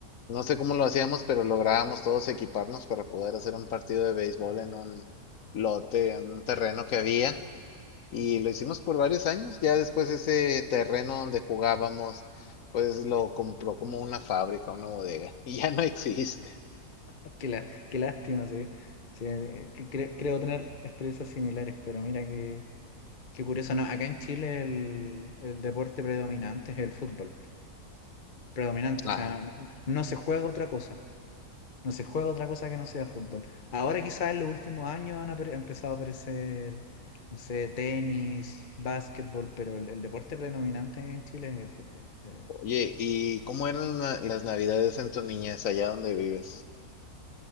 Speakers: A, on the left; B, on the left.
A: no sé cómo lo hacíamos, pero lográbamos todos equiparnos para poder hacer un partido de béisbol en un lote, en un terreno que había y lo hicimos por varios años. Ya después ese terreno donde jugábamos, pues lo compró como una fábrica, una bodega, <laughs> y ya no existe.
B: Ah, Qué, la- qué lástima, sí. Sí, eh, que cre- creo tener experiencias similares, pero mira qué, qué curioso. No, acá en Chile el, el deporte predominante es el fútbol. Predominante,
A: Ah,
B: o sea, no, no- no se juega otra cosa. No se juega otra cosa que no sea fútbol. Ahora quizás en los últimos años han apare- empezado a aparecer, no sé, tenis, básquetbol, pero el, el deporte predominante en Chile es el fútbol. Eh,
A: oye, ¿y cómo eran la- las navidades en tu niñez allá donde vives?